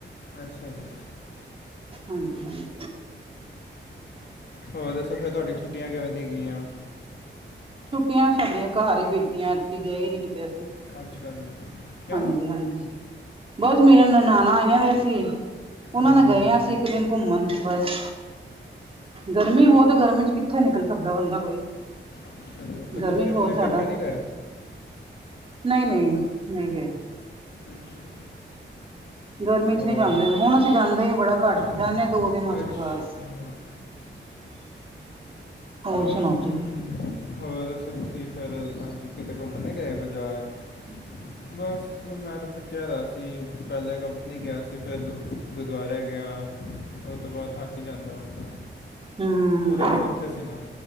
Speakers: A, on the left; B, on the right.
A: ਅੱਛਾ ਜੀ।
B: ਹਾਂਜੀ-ਹਾਂਜੀ।
A: ਹੋਰ ਦੱਸੋ ਫਿਰ ਤੁਹਾਡੀ ਛੁੱਟੀਆਂ ਕਿਵੇਂ ਦੀ ਗਈਆਂ?
B: ਛੁੱਟੀਆਂ ਸਾਡੀਆਂ ਘਰ ਹੀ ਬੀਤੀਆਂ ਐਤਕੀ ਗਏ ਹੀ ਨੀ ਕਿਤੇ ਅਸੀਂ।
A: ਅੱਛਾ ਜੀ ਕਿਉਂ
B: ਹਾਂਜੀ ਹਾਂਜੀ, ਬੱਸ ਮੇਰੀਆਂ ਨਣਾਣਾ ਆਈਆਂ ਹੋਈਆਂ ਸੀ। ਉਹਨਾਂ
A: ਹਮ,
B: ਨਾਲ ਗਏ ਆ ਅਸੀ ਇੱਕ ਦਿਨ ਘੁੰਮਣ ਬਸ। ਗਰਮੀਂ ਬਹੁਤ ਗਰਮੀਂ ਚ ਕਿੱਥੇ ਨਿਕਲ ਸਕਦਾ ਬੰਦਾ ਕੋਈ।
A: ਅੱਛਾ ਜੀ ਫਿਰ
B: ਗਰਮੀਂ
A: ਤੁਸੀਂ
B: ਬਹੁਤ
A: ਆਪਣੇ
B: ਜ਼ਿਆਦਾ
A: ਪੇਕੇ ਨਹੀਂ ਗਏ
B: ਨਹੀਂ, ਨਹੀਂ, ਨਹੀਂ ਗਏ।
A: ਅੱਛਾ
B: ਗਰਮੀਂ
A: ਹੋਰ
B: ਚ ਨਹੀਂ ਜਾਂਦੇ ਹੁਣ ਅਸੀਂ ਜਾਂਦੇ ਹੀ ਨਹੀਂ ਬੜਾ ਘੱਟ
A: ਅੱਛਾ
B: ਜਾਂਦੇ ਹਾਂ ਦੋ ਦਿਨ ਵਾਸਤੇ
A: ਅੱਛਾ
B: ਬੱਸ।
A: ਹਾਂ
B: ਹੋਰ
A: ਹਮ
B: ਸੁਣਾਓ ਜੀ
A: ਹੋਰ ਦੱਸੋ ਤੁਸੀਂ ਫਿਰ ਅੱਜ ਕਿਤੇ ਘੁੰਮਣ ਗਏ ਬਾਜ਼ਾਰ।
B: ਹਮ <unintelligible>
A: ਬਸ ਮੈਂ ਤਾਂ ਥੱਕਿਆ ਪਿਆ ਸੀ ਪਹਿਲੇ ਕੰਪਨੀ ਗਿਆ ਸੀ ਫਿਰ ਗੁਰੂਦੁਆਰੇ ਗਿਆ। ਉਹ ਤੋਂ ਬਾਅਦ ਥੱਕ ਜਾਂਦਾ ਬੰਦਾ
B: ਹਮ
A: ਪੂਰੇ ਦਿਨ ਉਥੇ ਸੀ ਨਾ।